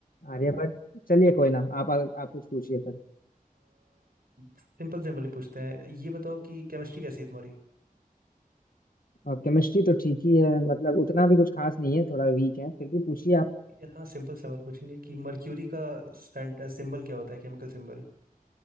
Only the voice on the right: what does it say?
सिंपल सिंपल ही पूछते हैं ये बताओ कि केमिस्ट्री कैसी है तुम्हारी
ये- हाँ सिंपल सवाल पूछेंगे कि मर्क्यूरी का सिंबल क्या होता है केमिकल सिंबल